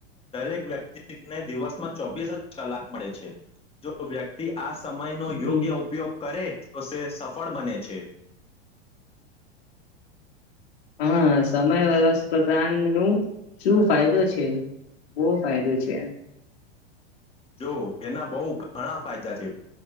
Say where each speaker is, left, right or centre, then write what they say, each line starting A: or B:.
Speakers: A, on the left; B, on the left.
A: દરેક વ્યક્તિને દિવસમાં ચોવીસ જ કલાક મળે છે જો વ્યક્તિ આ સમય નો
B: હમ
A: યોગ્ય ઉપયોગ કરે તો સ સફળ બને છે
B: હા સમય વસ્પધાન નું શું ફાયદો છે બો ફાયદો છે
A: જોઓ એના બહુ ઘણા ફાયદા છે